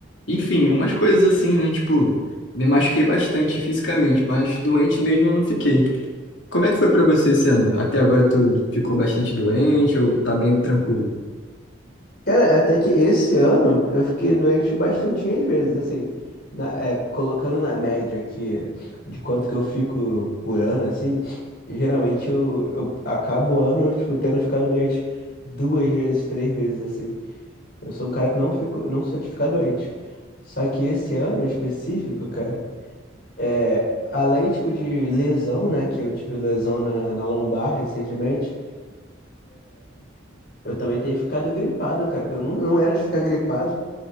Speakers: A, on the left; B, on the left.
A: enfim, umas coisas assim, né? Tipo, me machuquei bastante fisicamente, mas doente mesmo eu não fiquei. Como é que foi pra você esse ano? Até agora tu ficou bastante doente ou tá bem tranquilo?
B: Cara, até que esse ano eu fiquei doente bastantinhas vezes, assim, na- é, colocando na média que de quanto que eu fico por ano, assim, geralmente eu, eu acabo o ano, tipo, tendo ficado doente duas vezes, três vezes, assim. Eu sou um cara que não fico, não sou de ficar doente. Só que esse ano em específico, cara, é, além, tipo, de lesão, né, que eu tive lesão na, na lombar recentemente, eu também tenho ficado gripado, cara. Eu não, não era de ficar gripado.